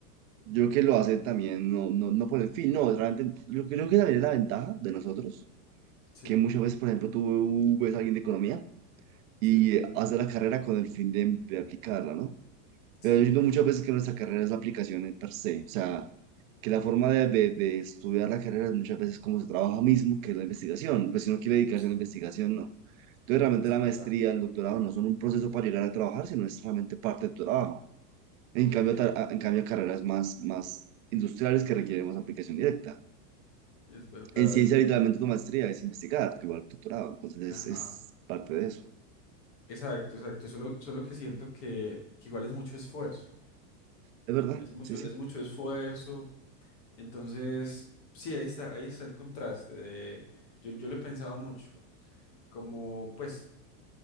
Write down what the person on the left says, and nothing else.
Sí.
Sí,
sí,
sí,
sí,
es
verdad.
Ok,
es
verdad,
es verdad.
Ajá.
Exacto, exacto. Solo, solo que siento que, que igual es mucho esfuerzo.
Es mucho,
es mucho esfuerzo. Entonces, sí, ahí está, ahí está el contraste de- yo, yo lo he pensado mucho. Como, pues,